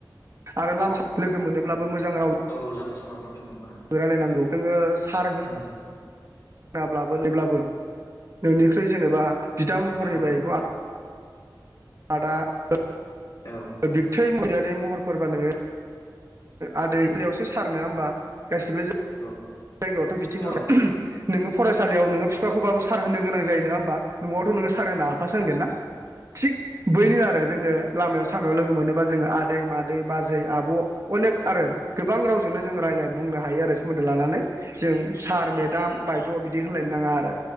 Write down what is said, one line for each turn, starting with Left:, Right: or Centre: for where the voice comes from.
Right: आरो लामा लोगो मोनोब्लाबो
Left: औ
Right: मोजां राव
Left: औ लामा सामाफ्राव लोगो मोनबा
Right: रायलायनांगौ जोङो सार होन
Left: औ
Right: ब्लाबो नैब्लाबो नोंनिख्रुइ जेनेबा बिदा महरनि
Left: औ
Right: बा इखौ आ आदा होन
Left: औ
Right: बिबथै बियादै महरफोरबा नोङो आदै बेलेगयावसो सार नोङा होमबा गासिबो जायगायावथ
Left: औ
Right: बिथिं हरो
Left: औ
Right: नोङो फरायसालियाव नोङो फिफाखौबाबो सार होननो गोनां जायो नङा होमबा नआवथ नों सार होना आफा सो होनगोन ना थिग बैनो आरो जोङो लामायाव सार सामायाव लोगो मोनोबा जोङो आदै मादै बाजै आब अनेक आरो गोबां रावजोंनो जों रायलाय बुंनो हायो आरो सोमोन्दो लानानै जों सार मेदाम बायद बिदि होनलायनो नाङा आरो